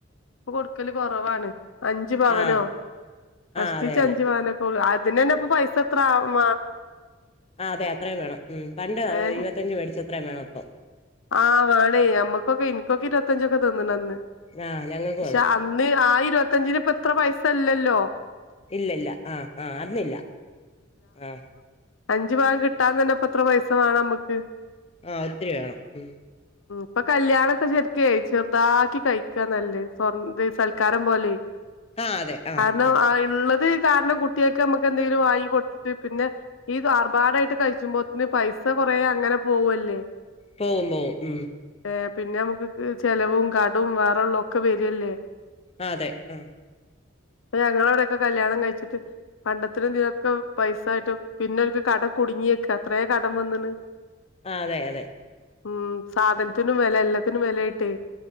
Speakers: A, on the left (about 85°); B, on the left (about 30°).
A: ഇപ്പൊ കൊടുക്കല് കൊറവാണ് അഞ്ചു പവനോ
B: ആ
A: കഷ്ടിച്ച്
B: ആ അതെ അതെ
A: അഞ്ച് പവനൊക്കെ അതിന്ന് തന്നെ അപ്പ പൈസ എത്ര ആവും
B: ആഹ് അതെ അത്രയും വേണം ഉം പണ്ട്
A: ഏഹ്
B: ഇരുപത്തഞ്ച് മേടിച്ചത് അത്രയും വേണം അപ്പം
A: ആഹ് വേണേ നമ്മക്കൊക്കെ എനിക്കൊക്കെ ഇരുപത്ത ഞ്ചൊക്കെ തന്ന് അന്ന്
B: ആഹ് ഞങ്ങൾക്കും
A: പക്ഷെ
B: അതെ
A: അന്ന് ആ ഇരുപത്തഞ്ചിന് ഇ ഇത്ര പൈസ ഇല്ലല്ലോ
B: ഇല്ലില്ല ആഹ് ആഹ് അറിഞ്ഞില്ല ആഹ്
A: അഞ്ച് ഭാഗം കിട്ടാതെ തന്നെ ഇപ്പം എത്ര പൈസ് വേണം നമ്മുക്ക്
B: ആഹ് ഒത്തിരി വേണം ഉം
A: ഇപ്പം കല്യാണൊക്കെ ശെരിക്കുവെ ചെറുതാക്കി കഴിക്കാന്നല്ലേ സ്വർന്ത് സൽക്കാരം പോലെ
B: ആഹ് അതെ ആഹ്
A: കാരണം
B: ആഹ്
A: ആ ഇള്ളത് കാരണം കുട്ടിയക്ക് നമ്മക്ക് എന്തേലും വാങ്ങി കൊടുത്തിട്ട് പിന്നെ ഈ ആർബാടായിട്ട് കഴിച്ചുമ്പോത്ന് പൈസ കൊറേ അങ്ങനെ പോവു അല്ലേ
B: പോവും പോവും ഉം
A: ഏ പിന്നെ നമുക്കുക്ക് ചെലവും കടവും വേറുള്ള ഒക്കെ വെരി അല്ലേ
B: ആ അതെ ഉം
A: ഞങ്ങളവിടെക്കെ കല്യാണം കഴിച്ചിട്ട് പണ്ടത്തി <unintelligible> പൈസായിട്ടും പിന്നെ അവർക്ക് കടം കുടുങ്ങിയിക്ക അത്രേം കടം വന്നിണ്
B: ആ അതെ അതെ
A: ഉം സാധനത്തിനും വെല എല്ലത്തിനും വെലായിട്ടേ